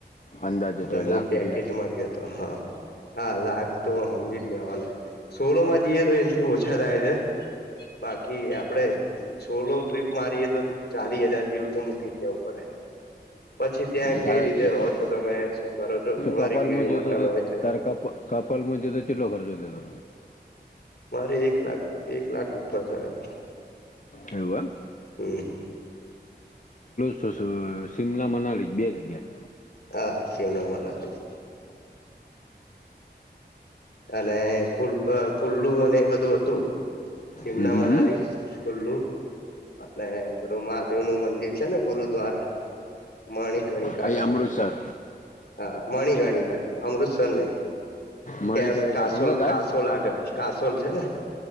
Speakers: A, on the left; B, on the left.
A: અંદાજે
B: એટલે
A: તો એ
B: મું
A: લાખ
B: પેકેજમાં
A: રૂપિયા
B: ગયો તો હા. હા લાખતો હમજી જ લેવાનું. સોલોમાં જઈએે તો એનથી ઓછા થાય છે. બાક કી આપડે સોલો ટ્રીપ મારીએે તો ચાલી હજાર જેવું તો મૂકી જ દેવું પડે. પછી ત્યાં કઈ
A: તારે
B: રીતે
A: તું
B: રો છો તમે, શું કરો છો, તમારી
A: કપાલમાં
B: કેવી
A: જતો
B: હોટલ
A: તો
B: હોય છે.
A: તારે કપ કપાલમાં જતો કેટલો ખર્ચો થયો
B: મારે એક લાખ એક લાખ ઉપર થયા.
A: એવું એમ?
B: હમ્મ
A: <inaudible> શિમલા, મનાલી બે જગ્યાએ.
B: હા શિમલા, મનાલી. અને કુલ અ કુલ્લુ અને એ બધું હતું. સીમલા,
A: હમ હમ
B: મનાલી,
A: હમ.
B: કુલ્લુ. અને ગુરુ મહાદેવનું મંદિર છે, ને ગુરુદ્વારા? મણિકણિકા
A: અહીં
B: કરીને.
A: અમૃતસર
B: હા મણિકણિકા અમૃતસર નહીં.
A: મણિકર્ણિકા
B: કેસ કાસોલ,
A: ગંગા ઘાટ
B: કાસોલ આગળ કાસોલ છે ને?